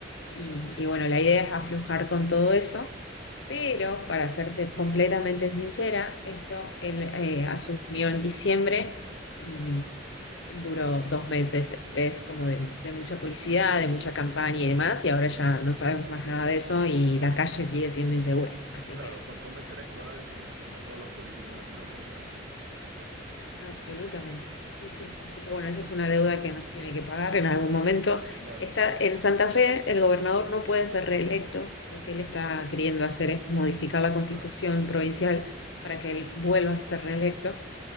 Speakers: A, on the left (about 70°); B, on the right (about 65°).
A: Y, y bueno, la idea es aflojar con todo eso.
B: Sí.
A: Pero, para serte completamente sincera, esto él eh, asumió en diciembre y duró dos meses, tres, como de, de mucha publicidad, de mucha campaña y demás, y ahora
B: Ya.
A: ya no sabemos más nada de eso y la calle sigue siendo insegura. Así
B: Claro,
A: que
B: pues promesa electoral como, como todos los políticos latinoamericanos, ¿no?
A: Absolutamente. Sí,
B: Sí,
A: sí. Así que bueno, esa es una deuda que nos tiene que pagar en algún momento.
B: claro.
A: Está en Santa Fe, el gobernador no puede ser reelecto. Lo
B: Ok.
A: que él está queriendo hacer es modificar la constitución
B: Ah,
A: provincial
B: lo típico. Ajá.
A: para que él vuelva a ser reelecto.